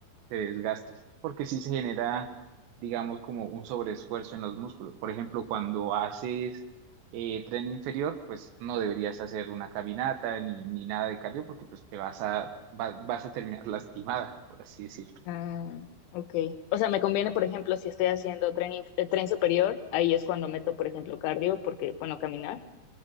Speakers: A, on the right (about 70°); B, on the left (about 85°).
A: de desgastes, porque sí se genera, digamos, como un sobreesfuerzo en los músculos. Por ejemplo, cuando haces eh, tren inferior, pues no deberías hacer una caminata ni, ni nada de cardio, porque pues te vas a, va- vas a terminar <laughs> lastimada, por así decirlo.
B: Ah, ok. O sea, me conviene, por ejemplo, si estoy haciendo tren, inf- eh, tren superior, ahí es cuando meto, por ejemplo, cardio, porque, bueno, caminar.